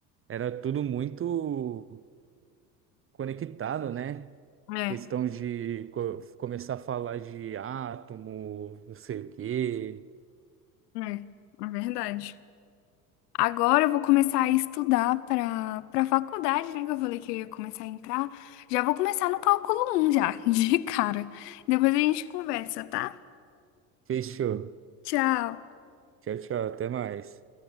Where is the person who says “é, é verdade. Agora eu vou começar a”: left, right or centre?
Left